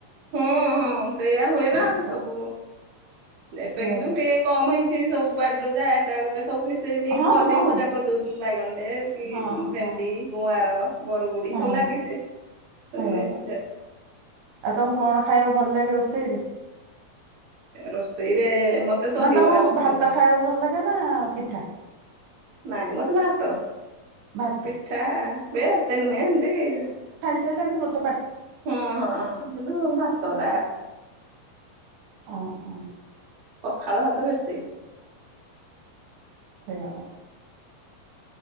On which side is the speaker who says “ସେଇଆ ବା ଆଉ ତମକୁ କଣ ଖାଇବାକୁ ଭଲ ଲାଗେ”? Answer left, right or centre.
Right